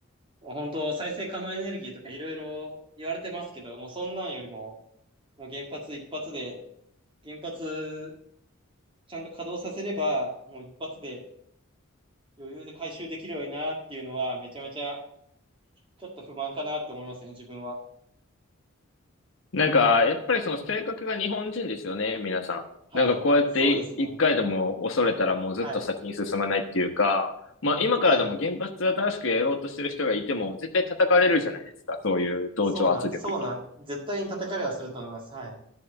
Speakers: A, on the right; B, on the left.
A: 本当再生可能エネルギーとかいろいろ言われてますけど、もうそんなんよりも、もう原発一発で、原発ちゃんと稼働させれば、もう一発で余裕で回収できるようになっていうのは、めちゃめちゃちょっと不満かなって思いますね、自分は。
B: なんか、やっぱりその性格が日本人ですよね、皆さん。
A: はい。
B: なんかこうやってい一回でも恐れたらもうずっと先に進まないっていうか、
A: そうですね。はい。
B: まあ今からでも原発で新しくやろうとしてる人がいても絶対叩かれるじゃないですか、
A: はい。
B: そういう同調圧力に。
A: そうなん、そうなん、絶対に叩かれはすると思います。はい。